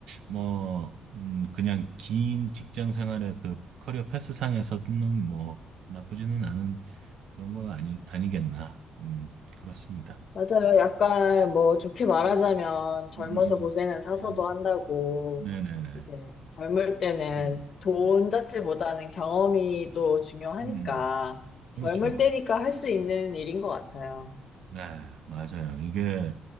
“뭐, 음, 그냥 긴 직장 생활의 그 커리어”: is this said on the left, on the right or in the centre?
Right